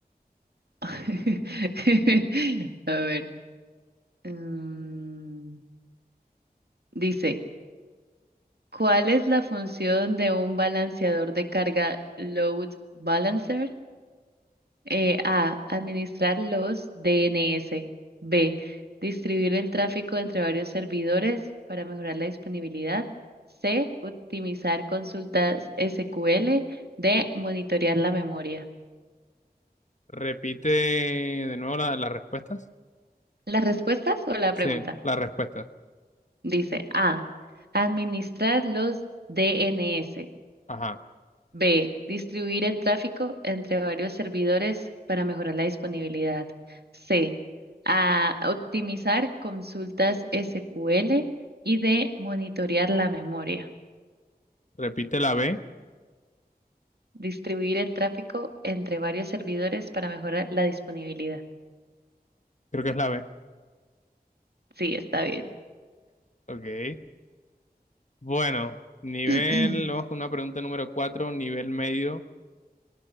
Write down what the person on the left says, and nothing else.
Repite de nuevo la- las respuestas.
Sí, las respuestas.
Ajá.
Repite la B.
Creo que es la B.
Ok. Bueno, nivel,
vamos con una pregunta número 4, nivel medio,